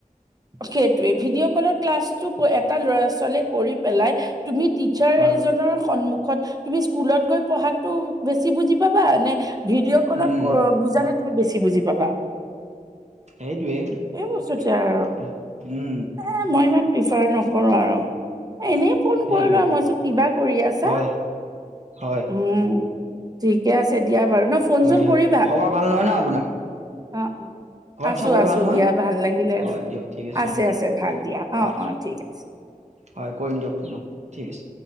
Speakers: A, on the right; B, on the right.
A: সেইটোৱে ভিডিঅ' কলৰ ক্লাছটো ক এটা ল'ৰা- ছোৱালীয়ে কৰি পেলাই তুমি টিচাৰ
B: হয়
A: এজনৰ সন্মুখত তুমি স্কুলত গৈ পঢ়াটো বেছি বুজি পাবা নে ভিডিঅ' কলত
B: উম,
A: ক বুজালে তুমি বেছি বুজি পাবা?
B: সেইটোৱে
A: এই
B: উম
A: বস্তুতে আৰু
B: উম।
A: এ মই ইমান প্ৰিফাৰ নকৰো আৰু এ এনে ফোন
B: সেইটোৱে
A: কৰিলো মইছো কিবা কৰি আছা
B: হয়, হয়,
A: উম। ঠিকে আছে দিয়া বাৰু ন ফোন
B: হয়
A: চোন
B: দিয়ক
A: কৰিবা?
B: খবৰ ভাল নহয় ন আপোনাৰ?
A: অ অ।
B: ঘৰত
A: আছো
B: চবৰে
A: আছো
B: ভাল নহয়?
A: দিয়া ভাল লাগিলে,
B: হয় দিয়ক ঠিক
A: আছে
B: অ',
A: আছে ভাল দিয়া
B: হয়,
A: অ অ ঠিক আছে।
B: হয় কৰিম দিয়ক ফোনক ঠিক আছে।